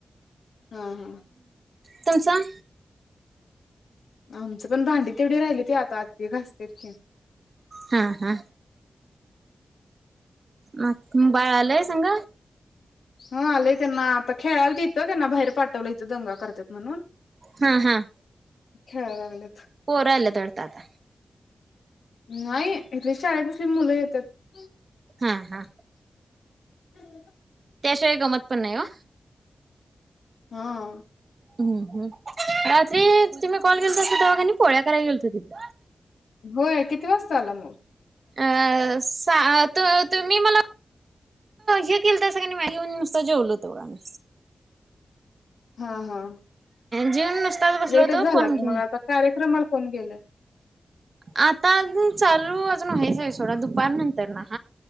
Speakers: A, on the left (about 85°); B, on the right (about 55°).
A: हां हां
B: तुमचं?
A: आमचं पण भांडी तेवढी राहिली ती आता आलीत की घासतेत की
B: हा हा. मग बाळ आलंय संघ
A: हो आलेय त्यांना आता की खेळालती इथ त्यांना बाहेर पाठवलं इथं दंगा करत्यात म्हणून
B: हां हां
A: खेळायला लागल्यात.
B: पोरं आल्यात वाटत आता
A: नाही इथ शाळे पसली मुलं येतात. <inaudible>
B: हां हां
A: <inaudible>
B: त्याशिवाय गमत पण नाही ओ
A: हां
B: हम्म हम्म <unintelligible> रात्री तुम्ही कॉल केलतासा तवा की नी पोळ्या करायला गेलतो तिथ
A: होय, किती वाजता आला मग?
B: अ सात त तुम्ही मला हे केलतासा कणी, <unintelligible> येऊन नुसतं जेवलो होतो बघा मी
A: हां हां
B: जेऊन
A: <unintelligible>
B: नुसताच बसलो
A: लेटच
B: होतो
A: झाला
B: फोन घेऊन
A: की मग आता कार्यक्रमाला कोण गेलय?
B: आता ज चालू अजून व्हायच आहे सोडा दुपार नंतरन